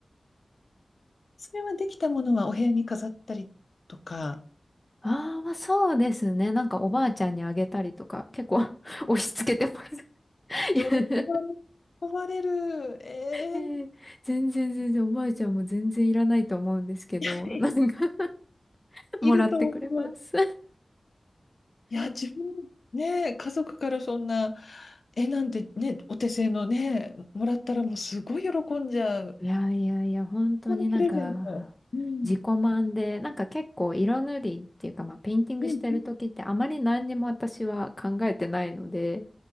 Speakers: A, on the left; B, on the left.
A: <laughs> それはできたものはお部屋に飾ったりとか、
B: ああ、まあそうですね。なんかおばあちゃんにあげたりとか結構 <laughs> 押し付けてます。<laughs>
A: 喜ばれ、
B: いや、
A: 喜ばれる。えー
B: えー全然全然おばあちゃんも全然いらないと思うんですけど、
A: <laughs>
B: なんか <laughs>
A: いると思う。
B: もらってくれます。
A: いや、自分、ね、家族からそんな絵なんてね、お手製のね、もらったらもうすごい喜んじゃう。
B: いやいやいや、本当になんか、
A: このプレゼント。うん、
B: 自己満で、なんか結構色塗りっていうか、まあ、ペインティングしてる時ってあまり何にも私は考えてないので、
A: うん、